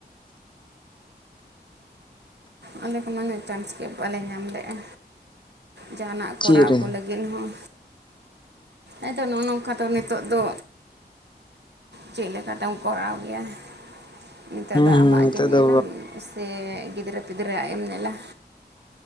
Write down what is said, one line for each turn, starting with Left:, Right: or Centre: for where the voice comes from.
Right: ᱟᱞᱮ ᱠᱚᱢᱟ ᱩᱱᱟᱹᱜ ᱪᱟᱱᱥ ᱜᱮ ᱵᱟᱞᱮ ᱧᱟᱢ ᱞᱮᱜ-ᱟ ᱡᱟᱦᱟᱱᱟᱜ ᱠᱚᱨᱟᱣ
Left: ᱪᱮᱫ ᱨᱮ
Right: ᱠᱚ ᱞᱟᱹᱜᱤᱫ ᱦᱚᱸ ᱟᱫᱚ ᱱᱚᱜ-ᱚ ᱱᱚᱝᱠᱟ ᱫᱚ ᱱᱤᱛᱚᱜ ᱫᱚ ᱪᱮᱫ ᱞᱮᱠᱟᱛᱮᱢ ᱠᱚᱨᱟᱣ ᱜᱮᱭᱟ ᱱᱤᱛᱚᱜ
Left: ᱦᱩᱸ
Right: ᱫᱚ
Left: ᱦᱩᱸ
Right: ᱟᱢᱟᱜ
Left: ᱱᱤᱛᱚᱜ
Right: ᱜᱮ ᱧᱮᱞᱟᱢ
Left: ᱫᱚ
Right: ᱥᱮ ᱜᱤᱫᱽᱨᱟᱹ-ᱯᱤᱫᱽᱨᱟᱹ ᱣᱟᱜ ᱮᱢ ᱧᱮᱞᱟ